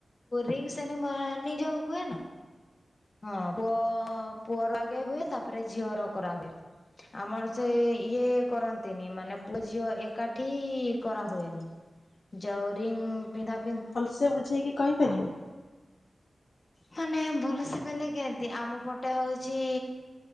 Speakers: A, on the left (about 40°); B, on the left (about 60°).
A: ରିଙ୍ଗସେରୀମୋନୀ ଯୋଉ ହୁଏ ନା ହଁ ପୁଅ ପୁଅର ଆଗେ ହୁଏ ତାପରେ ଝିଅର କରା ହୁଏ। ଆମର ସେ ଇଏ କରନ୍ତିନି ମାନେ ପୁଅ ଝିଅ ଏକାଠି କରାହୁଏନି। ଯୋଉ ରିଙ୍ଗ ପିନ୍ଧା ପିନ୍ଧି
B: ସେ ବୁଝେଇକି କହିପାରିବେ?
A: ମାନେ ଭଲସେ କହିଲେ କେମତି ଆମ ପଟେ ହଉଛି